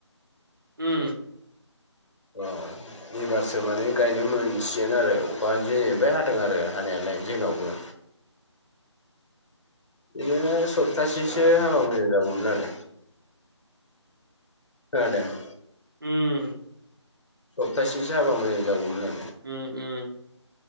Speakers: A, on the right; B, on the left.
A: उम
B: अ लबारसो माने गायनो मोनसिगोन आरो अखा जेनैबाय हादों आरो हानायालाय जोंनावबो बिदिनो सप्तासेसो
A: आतसा
B: हाबा मोजां जागौमोन आरो खोनादो
A: उम
B: सप्तासेसो हाबा मोजां जागौमोन आरो
A: उम उम